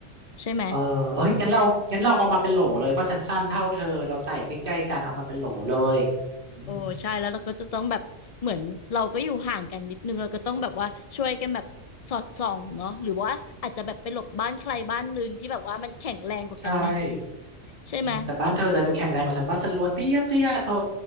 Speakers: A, on the left (about 50°); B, on the right (about 45°).
A: ใช่ไหม
B: เออเอ้ยงั้นเรางั้นเราเอามาเป็นโหลเลยเพราะฉันสั้นเท่าเธอเราใส่ใกล้ๆกันเอามาเป็นโหลเลยอืม
A: โอ้ใช่แล้วเราก็จะต้องแบบเหมือนเราก็อยู่ห่างกันนิดนึงเราก็ต้องแบบว่าช่วยกันแบบสอดส่องเนาะหรือว่าอาจจะแบบไปหลบบ้านใครบ้านหนึ่งที่แบบว่ามันแข็งแรงกว่ากันไหม
B: ใช่
A: ใช่ไหม
B: อืมแต่บ้านเธอจะดูแข็งแรงกว่าฉันบ้านฉันรัวเตี้ยเตี้ยเธอ